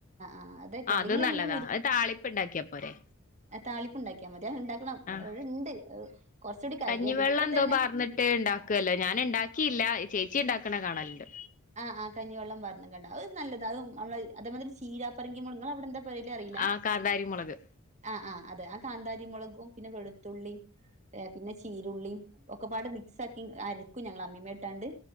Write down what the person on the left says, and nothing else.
ആ
അത്
നല്ലതാ അത് താളിപ്പ് ഉണ്ടാക്കിയപ്പോരെേ
ആഹ്
കഞ്ഞിവെള്ളം
എന്തോ
പാർന്നിട്ട് ഇണ്ടാക്കുവല്ലോ ഞാൻ ഉണ്ടാക്കിയില്ല ചേച് ചേച്ചി ഇണ്ടാക്കണെ കാണല്ണ്ട്
ആഹ് കാന്താരി മുളക്